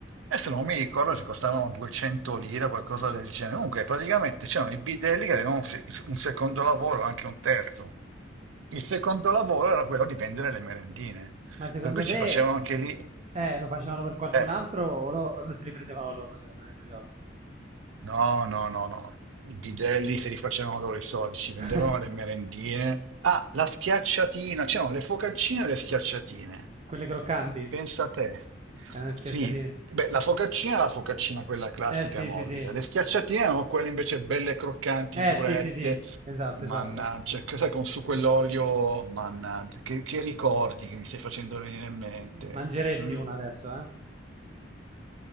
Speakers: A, on the right; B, on the right.
A: Adesso non mi ricordo se costavano 200 lire o qualcosa del genere. Comunque, praticamente c'erano i bidelli che avevano un se- un secondo lavoro, anche un terzo. Il secondo lavoro era quello di vendere le merendine.
B: Ma secondo
A: Per cui
B: te
A: ci facevano anche lì.
B: eh, lo facevano per qualcun
A: Eh,
B: altro o lo, o lo se li prendevano loro, secondo te, quei soldi?
A: No, no, no, no. I bidelli se li facevano loro i soldi, ci vendevano
B: <laughs>
A: le merendine. Ah, la schiacciatina, c'erano le focaccine e le schiacciatine.
B: Quelle croccanti,
A: Pensa a te.
B: erano le
A: Sì,
B: schiacciatine.
A: beh, la focaccina è la focaccina quella classica
B: Eh sì,
A: morbida.
B: sì, sì.
A: Le schiacciatine erano quelle invece belle croccanti,
B: Eh
A: durette.
B: sì, sì, sì. Esatto,
A: Mannaggia,
B: esatto.
A: che sai, con su quell'olio, mannaggia, che, che ricordi che mi stai facendo venire in mente?
B: Mangeresti
A: mm?
B: una adesso, eh?